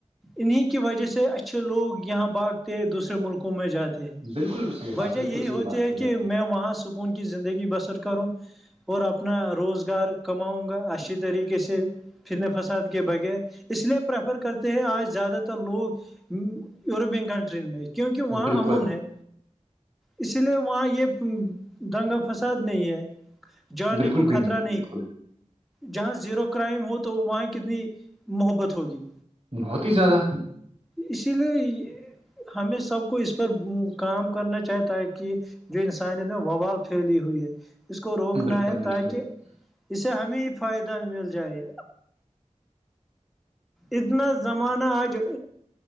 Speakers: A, in the centre; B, on the right.
A: انہی کی وجہ سے اچھے لوگ یہاں باگتے دوسرے ملکوں میں جاتے
B: بالکل صحیح بات
A: وجہ
B: بالکل
A: یہی
B: صحیح
A: ہوتی
B: بات
A: ہے
B: بولی
A: کہ
B: آپ
A: میں وہاں سے سکون کی زندگی بسر کروں اور اب اپنا روزگار کماؤں گا اچھی طریقے سے پھرن فساد کے بغیر اس لیے پریفر کرتے ہیں آج زیادہ تر لوگ یوروپین کنٹری میں کیونکہ
B: نے
A: وہاں
B: بالکل
A: امن ہے اس لیے وہاں یہ دنگہ فساد نہیں ہے <unintelligible> جانے
B: بالکل
A: کو
B: بھی
A: خطرہ
B: نہیں ہے بالکل
A: جہاں زیرو کرائم ہو تو وہاں کتنی محبت ہوگی
B: بہت ہی زیادہ
A: اسی لیے ہمیں سب کو اس پر کام کرنا چاہتا ہے کہ جو انسانیت میں ووال پھیلی ہوئی ہے اس کو روکنا
B: بالکل
A: ہے
B: بالکل
A: تاکہ اسے ہمیں ہی فائدہ مل جائے اتنا زمانہ آج